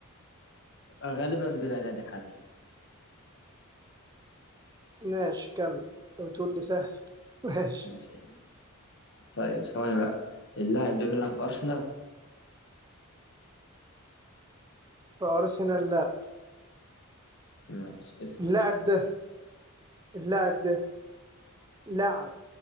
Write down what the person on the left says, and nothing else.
غالبا بلا نادي حاليا
ماشي طيب ثواني بقى اللاعب ده بيلعب في ارسنال
ماشي اسمع